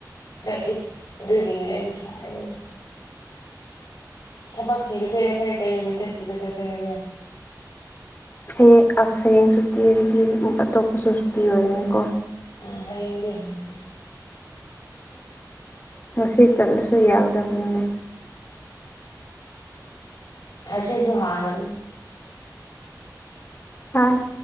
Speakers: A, on the left; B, on the left.
A: ꯗꯦꯠ ꯏꯁ ꯑꯗꯨꯒꯤꯅꯦ ꯑꯩꯅꯍꯥꯏꯗꯧꯔꯤꯁꯦ ꯊꯕꯛ ꯊꯤꯕꯁꯦ ꯑꯩꯈꯣꯏ ꯀꯩ ꯅꯨꯃꯤꯠꯇ ꯊꯤꯕ ꯆꯠꯁꯦ ꯍꯥꯏꯕꯔ?
B: ꯑꯦ ꯑꯁ ꯍꯌꯦꯡ ꯁꯨꯇꯤ ꯑꯨꯢꯔꯗꯤ ꯎꯝ ꯑꯇꯣꯞꯄꯁꯨ ꯁꯨꯇꯤ ꯑꯣꯏꯒꯅꯤꯀꯣ?
A: ꯎꯝ ꯍꯌꯦꯡꯗꯤ ꯍꯪ
B: ꯉꯁꯤ ꯆꯠꯂꯁꯨ ꯌꯥꯒꯗꯕꯅꯤꯅꯦ
A: ꯉꯁꯤꯁꯨ ꯍꯥꯡꯗꯒꯨꯝ
B: ꯍꯥ